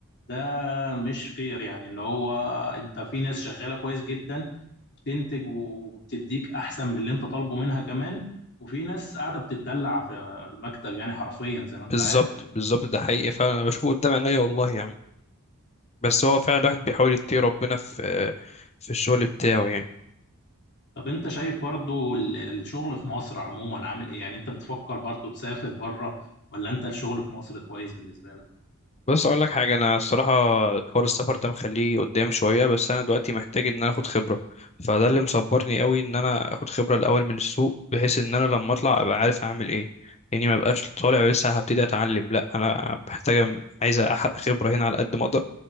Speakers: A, on the left (about 50°); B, on the left (about 30°).
A: ده مش فير يعني اللي هو انت في ناس شغالة كويس جدا بتنتج وبتديك احسن من اللي انت طالبه منها كمان وفي ناس قاعدة بتتدلع في المكتب يعني حرفيا زي ما انت
B: بالظبط
A: عارف
B: بالظبط ده حقيقي فعلا انا بشوفه قدام عينيا والله يعني بس هو فعلا الواحد بيحاول يتقي ربنا في في الشغل بتاعه يعني
A: طب انت شايف برضو ال- الشغل في مصر عموما عامل ايه يعني انت بتفكر برضو تسافر بره ولا انت الشغل في مصر كويس بالنسبة لك
B: بص اقول لك حاجه انا الصراحه حوار السفر ده مخليه قدام شويه بس انا دلوقتي محتاج ان انا اخد خبره فده اللي مصبرني قوي ان انا اخد خبره الاول من السوق بحيث ان انا لما اطلع ابقى عارف اعمل ايه يعني ما بقاش طالع لسه هبتدي اتعلم لا انا محتاجه عايز احرق خبره هنا على قد ما اقدر